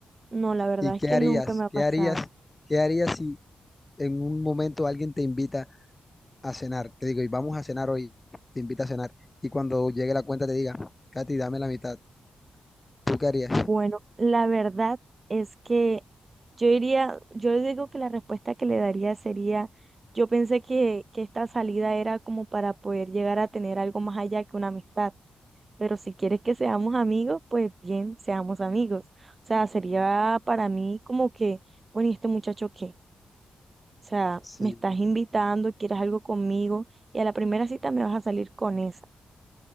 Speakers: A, on the right; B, on the left.
A: no, la verdad
B: ¿Y qué
A: es que
B: harías?
A: nunca me ha
B: ¿Qué
A: pasado.
B: harías? ¿Qué harías si en un momento alguien te invita a cenar? Te digo, y vamos a cenar hoy, te invita a cenar. Y cuando llegue la cuenta te diga, Katy, dame la mitad. ¿Tú qué harías?
A: Bueno, la verdad es que yo diría, yo digo que la respuesta que le daría sería, yo pensé que, que esta salida era como para poder llegar a tener algo más allá que una amistad Pero si quieres que seamos amigos, pues bien, seamos amigos. O sea, sería para mí como que, bueno, ¿y este muchacho qué? O sea,
B: Sí,
A: me estás invitando, quieres algo conmigo y a la primera cita me vas a salir con eso.